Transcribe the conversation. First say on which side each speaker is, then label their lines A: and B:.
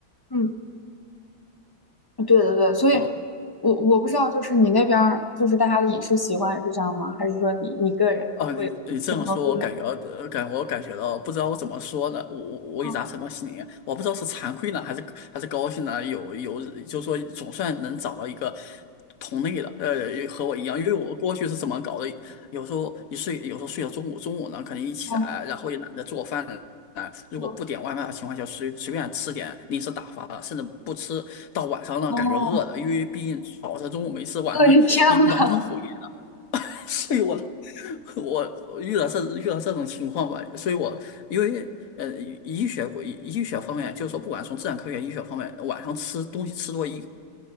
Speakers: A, on the left (about 20°); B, on the left (about 50°).
A: 嗯，对对对，所以
B: 哦。
A: 我我不知道，就是你那边儿就是大家的饮食习惯是这样吗？还是说你你个人会不太不一样？
B: 哦，你你这样说，我感觉呃感我感觉到，不知道我怎么说呢，我我我也达什么心里，
A: 嗯，
B: 我不知道是惭愧呢，还是还是高兴呢，有有，就是说总算能找到一个同类了，呃，和我一样，因为我过去是怎么搞的，有时候一睡，有时候睡到中午，中午呢可能一起来，
A: 对
B: 然后也懒得做饭了。啊，如果不点外卖的情况下，
A: 我
B: 随随便吃点零食打发的，甚至不吃，到晚上呢感觉饿了，
A: 哦，
B: 因为毕竟早上中午没吃，晚上一狼吞虎咽的，
A: 我的天呐！
B: <laughs> 睡我了 <laughs> 我我遇到这遇到这种情况吧，所以我因为呃医学医医学方面，就是说不管从自然科学、医学方面，晚上吃东西吃多一